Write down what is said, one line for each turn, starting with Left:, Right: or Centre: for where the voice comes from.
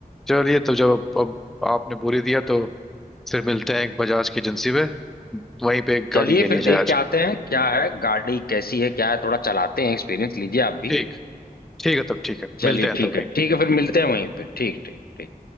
Centre: चलिए तो जब अब, अब आपने बोली दिया तो फिर मिलते हैं एक बजाज की एजेंसी में वहीं पे एक
Left: चलिए
Centre: गाड़ी ले
Left: फिर
Centre: ली
Left: देख
Centre: जाए आज
Left: के आते हैं क्या है गाड़ी कैसी है क्या है थोड़ा चलाते हैं एक्सपीरियंस लीजिए आप भी
Centre: ठीक ठीक है तब ठीक है
Left: चलिए
Centre: मिलते हैं
Left: ठीक
Centre: तब वहीं
Left: है ठीक है फिर मिलते हैं वहीं पे ठीक ठीक ठीक